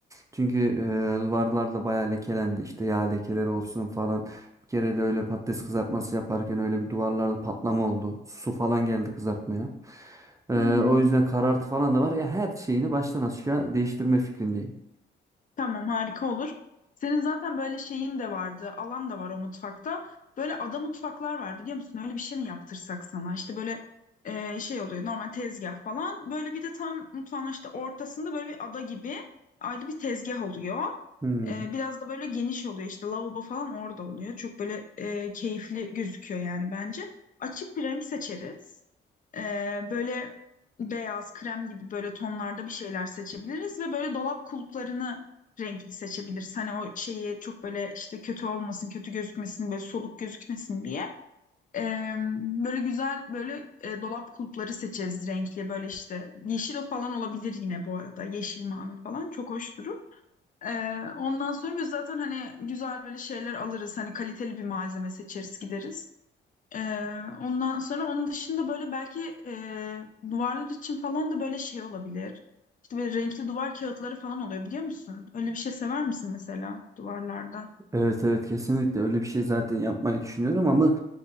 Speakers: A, on the right; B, on the left.
A: Çünkü e, duvarlar da bayağı lekelendi. İşte yağ lekeleri olsun falan. Bir kere de öyle patates kızartması yaparken öyle bir duvarlarda patlama oldu. Su falan geldi kızartmaya. E,
B: Hı hı.
A: o yüzden karartı falan da var. Ya her şeyini baştan aşağı değiştirme fikrindeyim.
B: Tamam harika olur. Senin zaten böyle şeyin de vardı, alan da var o mutfakta. Böyle ada mutfaklar var biliyor musun? Öyle bir şey mi yaptırsak sana? İşte böyle e, şey oluyor normal tezgah falan. Böyle bir de tam mutfağın işte ortasında böyle bir ada gibi ayrı bir tezgah oluyor.
A: Hmm.
B: E, biraz da böyle geniş oluyor işte lavabo falan orada oluyor. Çok böyle e, keyifli gözüküyor yani bence. Açık bir renk seçeriz. Ee, böyle beyaz, krem gibi böyle tonlarda bir şeyler seçebiliriz ve böyle dolap kulplarını renkli seçebiliriz. Hani o şeyi çok böyle işte kötü olmasın, kötü gözükmesin, böyle soluk gözükmesin diye. Ee, böyle güzel böyle e, dolap kulpları seçeriz renkli. Böyle işte yeşil falan olabilir yine bu arada. Yeşil, mavi falan çok hoş durur. Ee, ondan sonra biz zaten hani güzel böyle şeyler alırız. Hani kaliteli bir malzeme seçeriz, gideriz. Ee, ondan sonra onun dışında böyle belki e, duvarlar için falan da böyle şey olabilir. İşte böyle renkli duvar kağıtları falan oluyor biliyor musun? Öyle bir şey sever misin mesela duvarlarda?
A: Evet evet kesinlikle öyle bir şey zaten yapmayı düşünüyorum ama